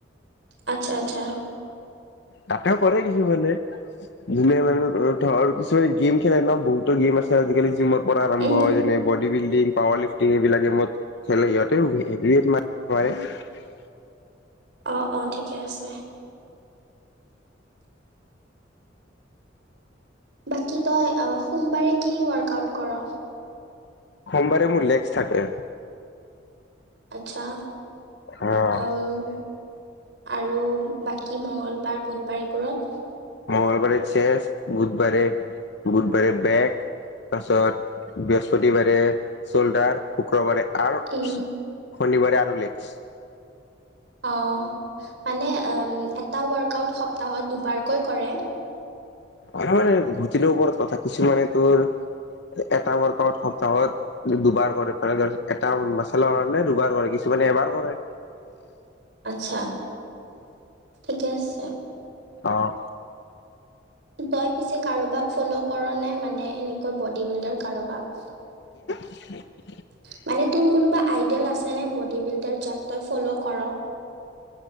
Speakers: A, on the right (about 65°); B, on the left (about 65°).
A: আচ্ছা আচ্ছা।
B: তাতেও কৰে কিছুমানে, যোনে মানে ধৰ কিছুমানে গেম খেলে ন বহুতো গেম আজিকালি জিমৰ পৰা আৰম্ভ
A: উম,
B: হয় যেনে বডী বিল্ডিং পাৱাৰ লিফ্টিং এইবিলাক গেমত খেলে, সিহতেও ট মাৰ <unintelligible>
A: <inaudible> অ' অ' ঠিকে আছে। বাকী তই সোমবাৰে কি ৱৰ্্কআউট কৰ?
B: সোমবাৰে মোৰ লেক্স থাকে।
A: আচ্ছা,
B: অ'।
A: উম আৰু বাকী মঙ্গলবাৰ বুধবাৰ এইবোৰত।
B: মংগলবাৰে চেষ, বুধবাৰোৰে বুধবাৰে বেক। তাৰপাছত, বৃহস্পতিবাৰে চলদাৰ শুক্ৰবাৰে আৰু,
A: উম,
B: শনিবাৰে আৰু লেক্স।
A: অ' মানে এটা ৱৰ্কআউট সপ্তাহত দুবাৰকৈ কৰে?
B: হয় মানে ঘূটিলওপৰত কথা কিছুমানে তোৰ এটা ৱৰ্কআউট সপ্তাহত দুবাৰ কৰে, মান ধ এটা মাচেলৰ কাৰণে দুবাৰ কৰে। কিছুমানে এবাৰ কৰে।
A: আত্ছা, ঠিকে আছে।
B: আহ।
A: তই পিছে কাৰোবাক ফ'ল' কৰ ন মানে এনেকৈ বড বিল্ডাৰ কাৰোবাক?
B: <inaudible>
A: <inaudible> মানে তোৰ কোনোবা আইডিয়েল আছে ন বডী বিল্ডাৰ যাক তই ফ'ল' কৰ?